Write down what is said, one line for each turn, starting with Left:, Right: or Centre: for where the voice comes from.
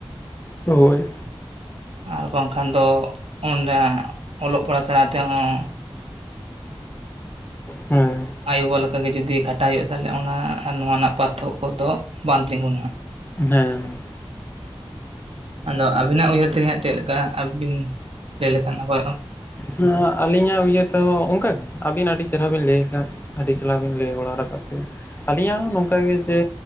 Left: ᱦᱳᱭ
Right: ᱟᱨ ᱵᱟᱝᱠᱷᱟᱱ ᱫᱚ ᱩᱱᱨᱮᱦᱟᱸᱜ ᱚᱞᱚᱜ ᱯᱟᱲᱦᱟᱜ ᱥᱮᱬᱟ ᱛᱮᱦᱚᱸ
Left: ᱦᱮᱸ
Right: ᱟᱭᱳᱼᱵᱟᱵᱟ ᱞᱮᱠᱟ ᱜᱮ ᱡᱩᱫᱤ ᱠᱷᱟᱴᱟᱜ ᱦᱩᱭᱩᱜᱼᱟ ᱛᱟᱦᱚᱞᱮ ᱚᱱᱟ ᱱᱚᱣᱟ ᱨᱮᱱᱟᱜ ᱯᱟᱨᱛᱷᱚᱠ ᱠᱚ ᱫᱚ ᱵᱟᱝ ᱛᱤᱸᱜᱩᱱᱟ᱾
Left: ᱦᱮᱸ
Right: ᱟᱫᱚ ᱟᱹᱵᱤᱱᱟᱜ ᱩᱭᱦᱟᱹᱨ ᱛᱮᱜᱮ ᱦᱟᱸᱜ ᱪᱮᱫᱞᱮᱠᱟ? ᱟᱹᱵᱤᱱ ᱞᱟᱹᱭ ᱞᱮᱠᱷᱟᱱ ᱱᱟᱯᱟᱭᱚᱜ-ᱟ᱾
Left: ᱦᱮᱸ ᱟᱹᱞᱤᱧᱟᱜ ᱩᱦᱟᱹᱨ ᱛᱮᱦᱚᱸ ᱚᱱᱠᱟᱜᱮ ᱟᱹᱵᱤᱱ ᱟᱹᱰᱤ ᱪᱮᱨᱦᱟ ᱵᱤᱱ ᱞᱟᱹᱭᱮᱫ ᱠᱟᱱ ᱟᱹᱰᱤ ᱪᱟᱞᱟᱣ ᱵᱤᱱ ᱞᱟᱹᱭ ᱵᱟᱲᱟ ᱨᱟᱠᱟᱫ ᱛᱮ ᱟᱹᱞᱤᱧ ᱦᱚᱸ ᱱᱚᱝᱠᱟᱜᱮ ᱡᱮ